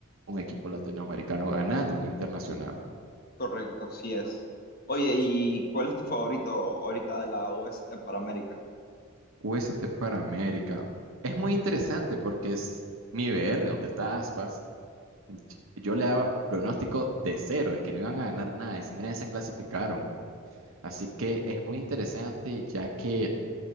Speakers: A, on the right (about 80°); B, on the left (about 45°).
A: Un equipo latinoamericano ganando una internacional.
B: Correcto, así es. Oye, ¿y cuál es tu favorito ahorita de la UST para América?
A: UST para América. Es muy interesante porque es mi BR, donde está Aspas. y- Yo le daba pronóstico de cero, de que no iban a ganar nada, y si miren, se clasificaron. Así que es muy interesante, ya que